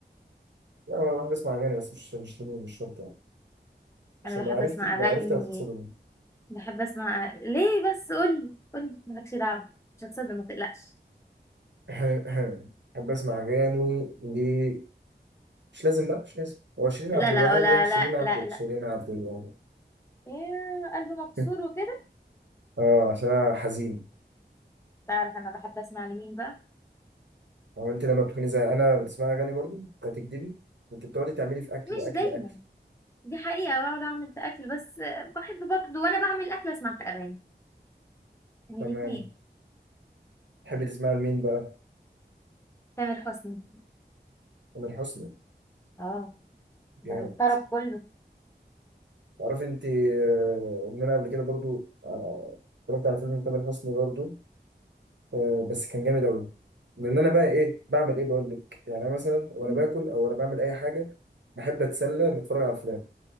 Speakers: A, on the right; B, on the left.
A: لا أنا بقعد أسمع أغاني بس مش مش لازم- مش شرط يعني عشان
B: انا بحب
A: لو عرفتي
B: اسمع اغاني
A: لو عرفتي هتتصدمي
B: بحب اسمع ليه بس قولي قولي مالكش دعوة مش هتصدق ما تقلقش
A: <laughs> بحب أسمع أغاني ليه مش لازم بقى مش لازم هو شيرين
B: لا
A: عبد الوهاب
B: لا لا
A: يعني شيرين
B: لا
A: عبد
B: لا لا
A: شيرين عبد الوهاب
B: يا قلبي مكسور
A: <laughs>
B: وكده
A: اه عشان انا حزين
B: تعرف انا بحب اسمع لمين بقى
A: هو انت لما بتكوني زي انا بتسمعي اغاني برضه هتكدبي انت بتقعدي تعملي في اكل
B: مش
A: اكل
B: دايما
A: اكل
B: دي حقيقة بقعد اعمل في اكل بس بحب برضه وانا بعمل الاكل اسمع في اغاني يعني
A: تمام
B: الاتنين
A: تحبي تسمعي لمين بقى
B: تامر حسني
A: تامر حسني
B: اه ده
A: جامد
B: الطرب كله
A: تعرفي انت آه، ان انا قبل كده برضه انا اتفرجت على فيلم تامر حسني برضه آه، بس كان جامد قوي لان انا بقى ايه بعمل ايه بقول لك يعني انا مثلا وانا
B: مم.
A: باكل او وانا بعمل اي حاجه بحب اتسلى نتفرج على افلام